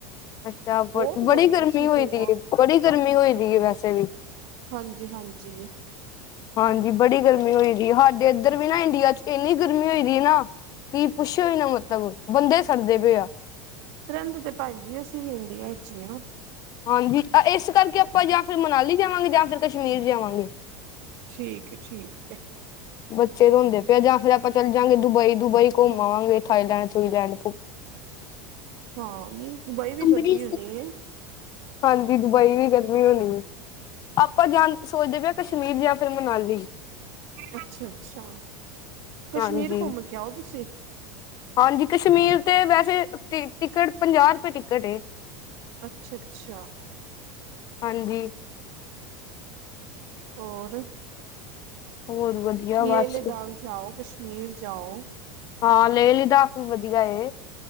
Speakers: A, on the left; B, on the right.
A: ਅੱਛਾ ਬ
B: ਬਹੁਤ
A: ਬੜੀ ਗਰਮੀ
B: ਸੀ
A: ਹੋਇ
B: ਗੋਆ
A: ਦੀ ਏ ਬੜੀ ਗਰਮੀ ਹੋਈ ਦੀ ਵੈਸੇ ਵੀ
B: ਹਾਂਜੀ-ਹਾਂਜੀ
A: ਹਾਂਜੀ ਬੜੀ ਗਰਮੀ ਹੋਈ ਦੀ ਅ, ਸਾਡੇ ਇੱਧਰ ਵੀ ਨਾ ਇੰਡੀਆ ਚ' ਏਨੀ ਗਰਮੀ ਹੋਈ ਦੀ ਏ ਨਾ ਕੀ ਪੁੱਛੋ ਇ ਨਾ ਮਤਲਬ ਬੰਦੇ ਸੜਦੇ ਪਏ ਆ
B: ਤੇ ਰੇਂਦੇ ਤੇ ਪੈਂਜੀ ਅਸੀਂ ਵੀ ਇੰਡੀਆ ਇਚ ਹੀ ਆ
A: ਹਾਂਜੀ, ਏਸ ਕਰਕੇ ਆਪਾਂ ਜਾਂ ਫਿਰ ਮਨਾਲੀ ਜਾਵਾਂਗੇ ਜਾਂ ਫਿਰ ਕਸ਼ਮੀਰ ਜਾਵਾਂਗੇ
B: ਠੀਕ ਹੈ-ਠੀਕ ਏ
A: ਬੱਚੇ ਰੋਂਦੇ ਪਏ ਆ ਜਾਂ ਫੇਰ ਆਪਾਂ ਚੱਲ ਜਾਂਗੇ ਦੁਬਈ-ਦੁਬਈ ਘੁੰਮ ਆਵਾਂਗੇ ਥਾਈਲੈਂਡ ਥੂਈਲੈਂਡ
B: ਹਾਂ ਨਈ ਦੁਬਈ
A: ਅੰਮ੍ਰਿਤਸਰ
B: ਵੀ ਗਰਮੀ ਹੋਨੀ ਅ।
A: ਹਾਂਜੀ, ਦੁਬਈ ਵੀ ਗਰਮੀ ਹੋਣੀ ਏ। ਆਪਾਂ ਜਾਂ ਸੋਚਦੇ ਪਏ ਕਸ਼ਮੀਰ ਜ ਤੇ ਮਨਾਲੀ
B: ਅੱਛਾ-ਅੱਛਾ ਕਸ਼ਮੀਰ
A: ਹਾਂਜੀ
B: ਘੁੰਮ ਕੇ ਆਓ ਤੁਸੀਂ
A: ਹਾਂਜੀ ਕਸ਼ਮੀਰ ਤੇ ਵੈਸੇ ਟੀ ਟਿਕਟ ਪੰਜਾ ਰੁਪਏ ਟਿਕਟ ਏ
B: ਅੱਛਾ-ਅੱਛਾ
A: ਹਾਂਜੀ
B: ਹੋਰ
A: ਹੋਰ ਵਧੀਆ
B: ਲੇਹ
A: ਬਸ
B: ਲਦਾਖ ਜਾਓ, ਕਸ਼ਮੀਰ ਜਾਓ
A: ਹਾਂ ਲੈ ਲਦਕ ਵੀ ਵਧੀਆ ਐ।